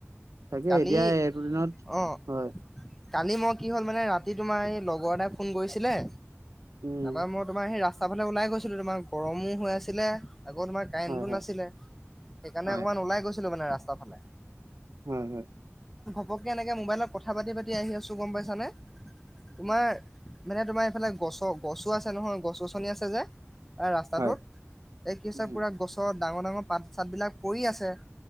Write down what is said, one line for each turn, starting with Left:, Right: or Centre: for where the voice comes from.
Right: তাকে
Centre: কালি
Right: এতিয়া এইটো দিনত
Centre: অ',
Right: হয়
Centre: কালি মই কি হ'ল মানে ৰাতি তোমাৰ এই লগৰ এটাই ফোন কৰিছিলে
Right: উম
Centre: তাৰ মই তোমাৰ সেই ৰাস্তা ফালে ওলাই গৈছিলো তোমাৰ গৰমো হৈ আছিলে আকৌ তোমাৰ কাৰেণ্টটো
Right: হয় হয়
Centre: নাছিলে সেইকাৰণে
Right: হয়
Centre: অকমান ওলাই গৈছিলো মানে ৰাস্তা ফালে
Right: হয় হয়
Centre: পপকৈ এনেকৈ মোবাইলত কথা পাতি পাতি আহি আছোঁ গম পাইছানে
Right: উম
Centre: তোমাৰ মানে তোমাৰ এইফালে গছ গছো আছে নহয় গছ গছনি আছে যে এ ৰাস্তাটোত
Right: হয়
Centre: এই কি আছে
Right: উম
Centre: পুৰা গছৰ ডাঙৰ ডাঙৰ পাত চাত বিলাক পৰি আছে